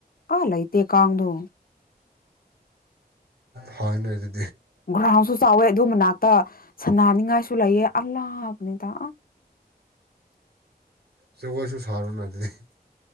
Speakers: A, on the left; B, on the right.
A: ꯑꯥ ꯂꯩꯇꯦ ꯀꯥꯡꯗꯣ
B: ꯐꯅ ꯑꯗꯨ
A: ꯒ꯭ꯔꯥꯎꯟꯁꯨ ꯆꯥꯎꯋꯦ ꯑꯗꯨ ꯃꯅꯥꯛꯇ ꯁꯅꯅꯤꯡꯉꯥꯏꯁꯨ ꯂꯩꯑ ꯑꯂꯥꯕꯅꯤ ꯇ
B: ꯆꯒꯣꯏꯁꯨ ꯁꯔꯅ ꯅꯠꯇꯇꯩ